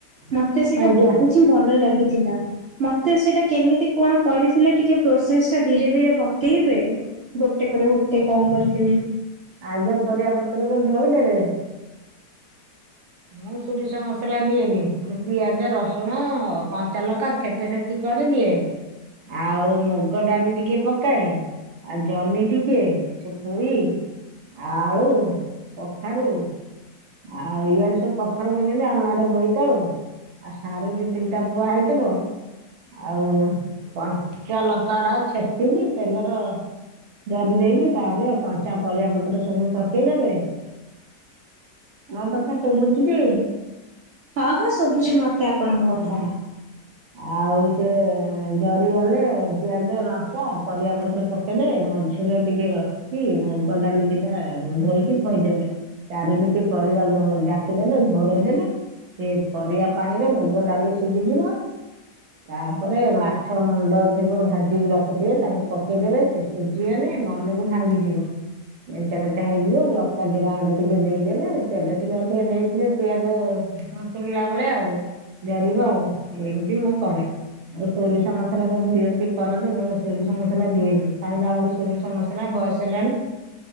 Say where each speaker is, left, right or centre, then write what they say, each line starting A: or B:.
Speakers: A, on the right (about 75°); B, on the right (about 55°).
A: ମତେ ସେଇଟା
B: ଆଜ୍ଞା
A: ବହୁତ ହିଁ ଭଲ ଲାଗେ। ମତେ ସେଟା କେମିତି କଣ କରି ଥିଲେ ଟିକେ ପ୍ରୋସେସ ଟା ଧୀରେ ଧୀରେ ବତେଇବେ ଗୋଟେ ପରେ ଗୋଟେ କଣ କରିଥିଲି।
B: ଆଗେ ପରିବା ପତ୍ର କୁ ଧୋଇଦେବେ। ମୁଁ ସୋରିଷ ମସଲା ଦିଏନି ମୁଁ ପିଆଜ ରସୁଣ କଞ୍ଚା ଲଙ୍କା ଛେଚା ଛେଚି କରିଦିଏ। ଆଉ ମୁଗ ଡାଲି ଟିକେ ପକାଏ। ଆଉ ଜହ୍ନି ଟିକେ ସେ ପୋଇ ଆଳୁ କଖାରୁ ଆଉ ଇଆଡେ ସ ପଖର କରିଛନ୍ତି ଆମ ଆଡେ ବୋଇତାଳୁ ଆଉ ସାର ଦି ତିନିଟା ପୁଆ ହେଇଥିବ। ଆଉ କଞ୍ଚା ଲଙ୍କା ଟା ଛେଚିକି ତେଲର ଜରି ଦେଇେଇକି ତାପରେ କଞ୍ଚା ପରିବା ପତ୍ର ସବୁ ପକେଇଦେବେ। <inaudible> ମୋ କଥା ସବୁଛିକି?
A: ହଁ ହଁ ସବୁଛି ମତେ ଆପଣଙ୍କ କଥା।
B: ହଁ ଆଉ ସେ ଜରିଗଲେ ପିଆଜ ଲଙ୍କା ପରିବା ପତ୍ର ପକେଇଦେବେ। ମଝିରେ ଟିକେ ରଖିକି ମୁଗ ଡାଲି ଦିଟା ଧୋଇକି ଥୋଇଦେବେ। ଚାରିପିଟି ପରିବା ଜାକି ରଖିଦେବେ ଘଡେଇଦବେ ସେ ପରିବା ପାଣିରେ ମୁଗ ଡାଲି ସିଝିଯିବ। ତାପରେ ମାଛ ମୁଣ୍ଡ ଥିବ ଭାଜିିକି ରଖୁଥିବେ। ତାକୁ ପକେଇଦବେ ସେ ସୁଝିଗଲେ ମନକୁ ଭାଙ୍ଗିଯିବ। ଲେଚା ମେଚା ହେଇଯିବ ଲଙ୍କା ଜିରା ଆଣ୍ଡେ ଟିକେ ଦେଇଦେବେ। ତେଲ ଟିକେ ଅ ଟିକେ ଦେଇଥିଲେ ପିଆଜ ମସଲା ଭଳିଆ ବେଳେ ଆଉ ଜରିବ। ଆଉ ଏମିତି ମୁଁ କରେ ସୋରିଷ ମସଲା ସବୁ ଦିଅନ୍ତି କରନ୍ତି ମୁଁ ସୋରିଷ ମସଲା ଦିଏନି। ଖାଳିିଲା ବଳରେ ସୋରିଷ ମସଲା ବୟସ ହେଲାଣି